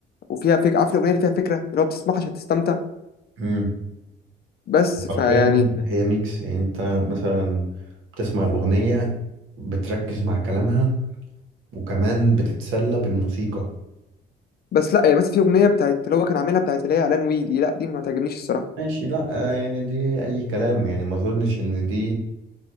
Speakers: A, on the left; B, on the right.
A: وفيها فكره عارف الاغنيه اللي فيها فكره اللي هو بتسمعها عشان تستمتع
B: مم.
A: بس فيعني
B: حرفيا هي ميكس يعني أنت مثلا بتسمع الأغنية بتركز مع كلامها وكمان بتتسلى بالموسيقى
A: بس لا يعني مثلا في اغنيه بتاعت اللي هو كان عاملها بتاعت اللي هي اعلان ويدي لا دي ما تعجبنيش الصراحه
B: ماشي لا آه، يعني دي أي كلام يعني ما أظنش إن دي